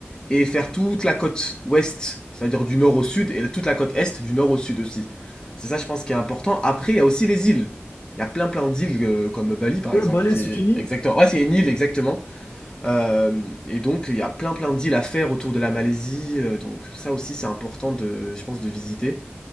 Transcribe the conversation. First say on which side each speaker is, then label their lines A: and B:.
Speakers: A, on the left (about 20°); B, on the left (about 60°).
A: et faire toute la côte ouest, c'est-à-dire du nord au sud, et toute la côte est, du nord au sud aussi. C'est ça, je pense, qui est important. Après, il y a aussi les îles. Il y a plein plein d'îles, euh, comme Bali par
B: Ouais,
A: exemple,
B: Bali,
A: qui
B: c'est
A: est
B: une île.
A: exactement. Ouais, c'est une île exactement. Euh, et donc, il y a plein plein de deals à faire autour de la Malaisie. euh, donc, ça aussi, c'est important, de, je pense, de visiter.